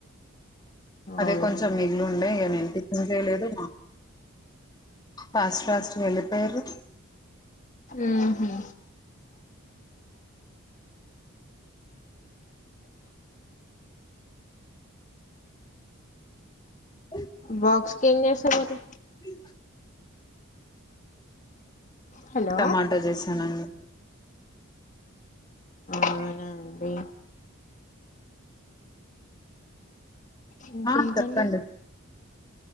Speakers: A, on the left; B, on the left.
A: అదే
B: అవునా
A: కొంచెం మిగిలి ఉండేయి ఇక నేం టిఫన్ చేయలేదు ఫాస్ట్ ఫాస్ట్ వెళ్ళిపోయారు
B: ఊహూ
A: అ
B: బాక్స్కింగ్ చేస్తారు మరి
A: అ
B: హలో
A: టమాటా చేసానుండి
B: అవునా అండి ఇంకేంటండి
A: ఆ చెప్పండి